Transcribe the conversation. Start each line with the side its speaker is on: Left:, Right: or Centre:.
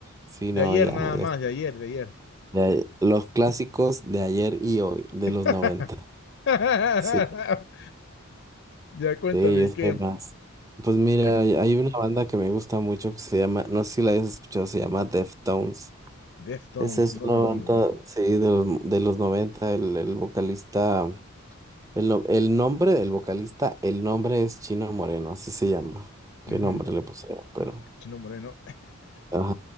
Right: Sí,
Left: De
Right: no,
Left: ayer
Right: ya,
Left: nada
Right: ya,
Left: más, de ayer, de ayer.
Right: ya, los clásicos de ayer y hoy, de
Left: <laughs>
Right: los noventa.
Left: <laughs>
Right: sí.
Left: Ya cuéntame,
Right: Sí, yo
Left: ¿y
Right: sé
Left: qué?
Right: más. Pues mira,
Left: Ac-
Right: hay hay una banda que me gusta mucho que se llama, no sé si la hayas escuchado, se llama Deftones.
Left: Deftones,
Right: Esa es
Left: no,
Right: una banda,
Left: amigo.
Right: sí, de los, de los noventa el, el vocalista, el, no- el nombre del vocalista, el nombre es Chino Moreno, así se llama. ¿Qué
Left: Ujú.
Right: nombre le pusieron? Pero,
Left: Chino Moreno. <laughs>
Right: ajá,